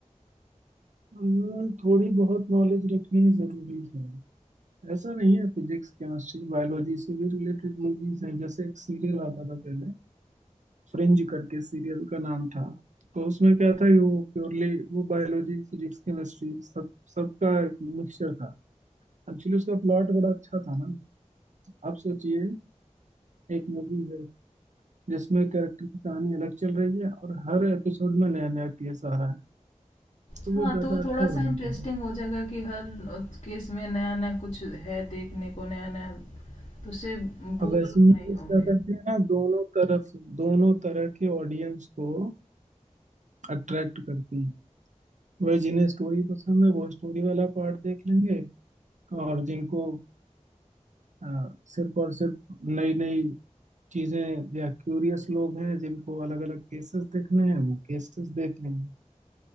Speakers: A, on the right; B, on the left.
A: अ, थोड़ी बहुत नॉलेज रखनी जरूरी है ऐसा नहीं है फिजिक्स केमिस्ट्री बायोलॉजी से भी रिलेटेड मूवीज हैं जैसे एक सीरियल आता था पहले फ्रिंज करके सीरियल का नाम था तो उसमें क्या था कि वो प्योरली वो बायोलॉजी फिजिक्स केमिस्ट्री सब सबका एक मिक्सचर था एक्चुअली उसका प्लॉट बड़ा अच्छा था ना आप सोचिए एक मूवी है जिसमें कैरेक्टर की कहानी अलग चल रही है और हर एपिसोड में नया नया केस आ रहा है तो
B: हाँ,
A: वो ज्यादा
B: तो थोड़ा-सा
A: अच्छा हो
B: इंटरेस्टिंग
A: जाता है
B: हो जाएगा कि हर अ, केस में नया-नया कुछ है देखने को नया-नया, तो उससे बोर
A: अब ऐसी मूवीज
B: नहीं होंगे।
A: क्या करती है ना दोनों तरफ दोनों तरह के ऑडियंस को अट्रैक्ट करती हैं वह जिन्हें स्टोरी पसंद है वो स्टोरी वाला पार्ट देख लेंगे और जिनको अ, सिर्फ और सिर्फ नई नई चीजें या क्यूरियस लोग हैं जिनको अलग अलग केसेस देखने हैं वो केसेस देख लेंगे